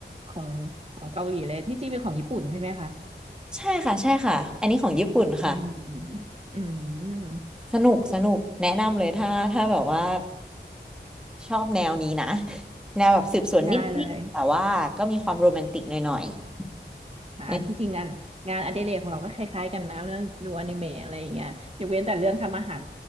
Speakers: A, on the right (about 35°); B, in the centre.
A: ของของเกาหลีเลยที่จริงเป็นของญี่ปุ่นใช่ไหมคะ
B: ใช่ค่ะใช่ค่ะอันนี้ของญี่ปุ่นค่ะ
A: อืมอืม
B: สนุกสนุกแนะนำเลยถ้าถ้าแบบว่าชอบแนวนี้นะ <laughs> แนวแบบสืบสวนนิดๆแต่ว่าก็มีความโรแมนติกหน่อย
A: ได้เลย
B: ๆเอ๊ะ
A: ค่ะอันที่จริงงานงานอดิเรกของเราก็คล้ายๆกันนะเรื่องดูอนิเมะอะไรอย่างเงี้ยยกเว้นแต่เรื่องทำอาหาร